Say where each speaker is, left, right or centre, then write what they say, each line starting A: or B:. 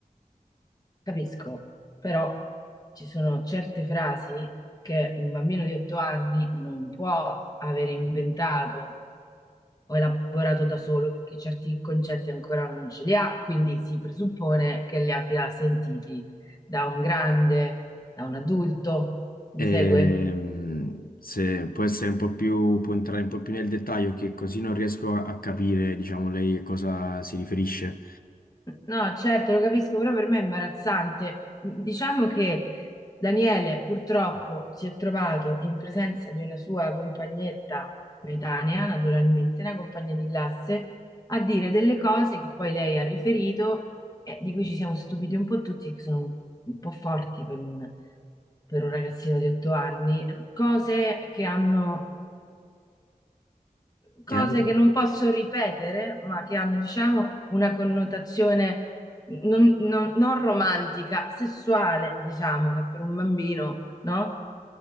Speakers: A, on the left; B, on the left.
A: Capisco, però ci sono certe frasi che un bambino di otto anni non può aver inventato ho elaborato da solo perché certi concetti ancora non ce li ha, quindi si presuppone che li abbia sentiti da un grande, da un adulto. Mi
B: Ehm,
A: segue?
B: se può essere un po' più, può entrare un po' più nel dettaglio, che così non riesco a a capire, diciamo, lei a cosa si riferisce.
A: No, certo, lo capisco, però per me è imbarazzante. Diciamo che Daniele purtroppo si è trovato in presenza di una sua compagnetta coetanea, naturalmente, una compagna di classe, a dire delle cose che poi lei ha riferito e di cui ci siamo stupiti un po' tutti e che sono un po' forti per un, per un ragazzino di otto anni, cose che hanno cose
B: Chiaro?
A: che non posso ripetere, ma che hanno, diciamo, una connotazione non, non- non romantica, sessuale, diciamo, che per un bambino, no?